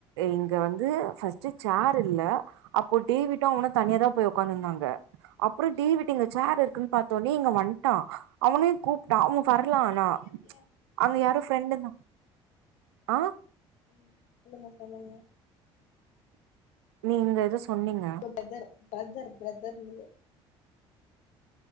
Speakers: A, on the right (about 75°); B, on the left (about 65°).
A: இங்க வந்து ஃபர்ஸ்ட்டு சேர் இல்ல அப்போ டேவிட்டு அவ்னு தனியாதா போய் உக்காந்துருந்தாங்க அப்றோ டேவிட்டு
B: சோ
A: இங்க சேர் இருக்குன்னு பாத்தோனே இங்க வந்ட்டான் அவுனையு கூப்ட்டா அவ வர்லா ஆனா
B: நேம் ஏ
A: அங்க யாரோ ஃப்ரெண்டு தா ஆ
B: ம் சொல்லுங்க சொல்லுங்க
A: நீங்க எதோ சொன்னீங்க
B: உங்க பெதர் பிரதர் பிரதர்ன்னு